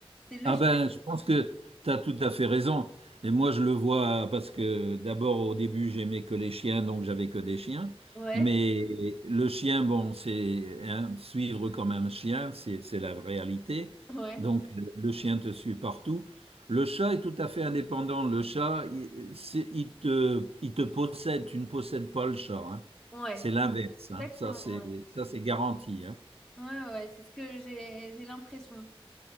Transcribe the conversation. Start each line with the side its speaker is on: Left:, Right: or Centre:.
Centre: C'est le
Right: Ah
Centre: chat.
Right: ben, je pense que tu as tout à fait raison. Et moi, je le vois parce que d'abord, au début, j'aimais que les chiens, donc j'avais que des chiens.
Centre: Ouais,
Right: Mais le chien, bon, c'est hein, suivre comme un chien, c'est c'est la réalité.
Centre: ouais,
Right: Donc, le le chien te suit partout. Le chat est tout à fait indépendant. Le chat, il, c'est- il te, il te possède. Tu ne possèdes pas le chat. hein.
Centre: ouais.
Right: C'est l'inverse. hein.
Centre: Exactement.
Right: Ça, c'est
Centre: Ouais,
Right: ça, c'est garanti. hein.
Centre: ouais, ouais, ouais, c'est ce que j'ai, j'ai l'impression.